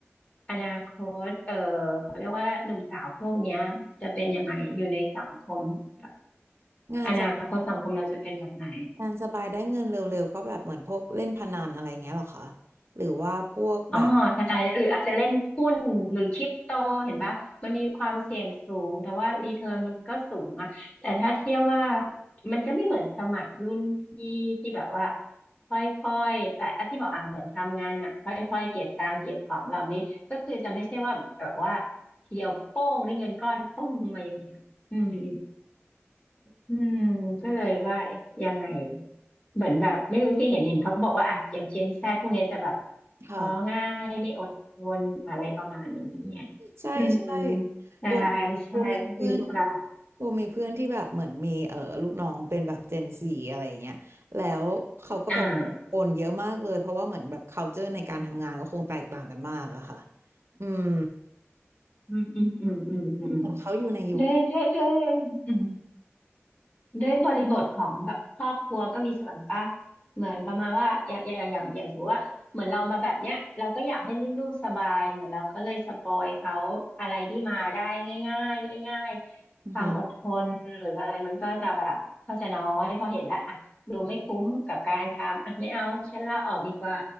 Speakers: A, on the left; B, on the right.
A: อนาคตเออเขาเรียกว่าหนุ่มสาวพวกเนี้ยจะเป็นยังไงอยู่ในสังคมแบบ
B: งานสบ
A: อนาคตสังคมเราจะเป็นแบบไหน
B: งานสบายได้เงินเร็วๆก็แบบเหมือนพวกเล่นพนันอะไรเงี้ยเหรอคะหรือว่าพวกแบบ
A: อ๋อกระจายเนี่ยหรืออาจจะเล่นหุ้นหรือคริปโตเห็นปะมันมีความเสี่ยงสูงแต่ว่ารีเทิร์นมันก็สูงอะแต่ถ้าเทียบว่ามันจะไม่เหมือนสมัยรุ่นพี่ที่แบบว่าค่อยๆแต่อะที่บอกอ่ะเหมือนทำงานน่ะค่อยๆเก็บตังค์เก็บหอมรอมริบก็คือจะไม่ใช่ว่าแบบว่าทีเดียวโป้งได้เงินก้อนโป้งมาอย่างเงี้ยอืม อืมก็เลยว่ายังไงเหมือนแบบไม่รู้สิเห็นเห็นเขาบอกว่าอาจอย่างเจนแซดพวกเนี้ยจะแบบ
B: ค่ะ
A: ท้อง่ายไม่อดทนอะไรประมาณอย่างนี้ไง
B: ใช่ใช่
A: อืมได้
B: โบ
A: ใช่หรือเปล่า
B: โบมีเพื่อนโบมีเพื่อนที่แบบเหมือนมีเออลูกน้องเป็นแบบเจนซีอะไรเงี้ยแล้วเขาก็แบบโอนเยอะมากเลยเพราะว่าเหมือนแบบ
A: อ่า
B: culture ในการทำงานก็คงแตกต่างกันมากอะค่ะอืม
A: อืมอืมอืมอืมอืม
B: เหมือนเขาอยู่ในยุคที่
A: ได้ได้ได้อืม ด้วยบริบทของแบบครอบครัวก็มีส่วนปะเหมือนประมาณว่าอย่างอย่างอย่างอย่างสมมติว่าเหมือนเรามาแบบเนี้ยเราก็อยากให้ลูกๆสบายเหมือนเราก็เลยสปอยเขาอะไรที่มาได้ง่ายๆง่ายๆความอดทนหรืออะไรมันก็จะแบบก็จะน้อยพอเห็นละอ่ะดูไม่คุ้มกับการทำอ่ะไม่เอาฉันลาออกดีกว่า
B: อือหือ